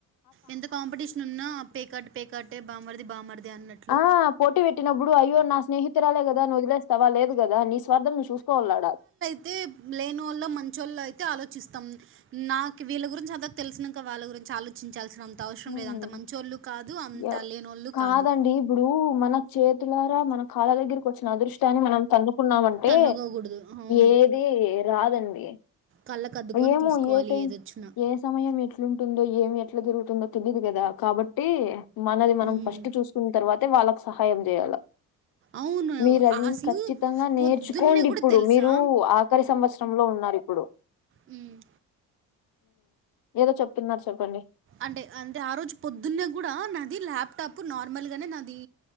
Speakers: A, on the right; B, on the left.
A: ఎంత కాంపిటీషన్ ఉన్నా పేకాట పేకాటే బామర్ది బామర్ది అన్నట్టు
B: ఆ పోటీ పెట్టినపుడు అయ్యో నా స్నేహి రాలే కదా వదిలేస్తవా లేదుదా నీ స్వార్థం నువ్వు చూకోవాలడా
A: అయితే లేనోళ్ళ మంచోళ్ళు అయితే ఆలోచిస్తాం నాకు వీళ్ళ గురించి అంత తెలిసినాక వాళ్ళ గురించి ఆ చర్చించాల్సినంత అవసరం
B: హ్మ్.
A: లేదు అంత మంచోళ్ళు కాదు అంతలేని
B: ఎవ్-
A: వాళ్ళు
B: కాదండి
A: కాదు
B: ఇప్పుడు మన చేతులారా మన కాళ్ళ దగ్గరకి వచ్చిన అదృష్ ని మనం తన్నుకున్నామంటే
A: తన్నుకోకూడదు. అవును.
B: ఏది రాదండి
A: కళ్ళకద్దుకొని
B: ఏమో
A: తీసుకోవాలి
B: ఏ టైం
A: ఏదొచ్చినా.
B: ఏమ్ సమయం ఎట్లుంటుందో ఏం ఎట్లా జరుగుతుందో తెలిదు కదా కాబట్టి ఇ మనది
A: హ్మ్.
B: మనం ఫస్ట్ చూసుకున్న తర్వాతే వాళ్ళకి సహాయం చేయాలి
A: అవును.
B: మీరు అది
A: అసలు
B: ఖచ్చితంగా నేర్చుకోండి
A: పొద్దున్నే గూడా
B: ఇప్పుడు
A: తెలుసా?
B: మీరు ఆఖరి సంవత్సరంలో ఉన్నారుప్పుడు ఇప్పుడు
A: ఉమ్
B: ఏదో చెప్తున్నారు చెప్పండి
A: అంటే అంటే ఆ రోజు పొద్దున్న కూడా నాది ల్యాప్టాప్ నార్మల్గానే నాది